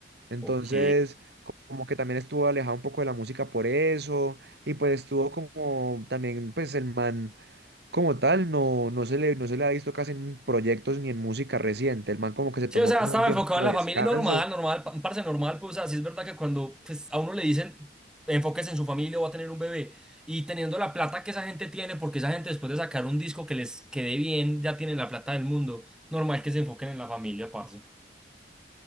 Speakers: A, on the right; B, in the centre.
A: Entonces,
B: Ok.
A: co- como que también estuvo alejado un poco de la música por eso, y pues estuvo como también, pues el man como tal, no, no se le, no se le ha visto casi en proyectos ni en música reciente. El man como que se
B: Sí,
A: tomó
B: o sea,
A: como
B: estaba
A: un tiempo
B: enfocado en la
A: de
B: familia
A: descanso.
B: normal, normal, pa- un parce normal, pues, así es verdad que cuando pues, a uno le dicen enfóquese en su familia o va a tener un bebé y teniendo la plata que esa gente tiene, porque esa gente después de sacar un disco que les quede bien, ya tienen la plata del mundo, normal que se enfoquen en la familia, parce.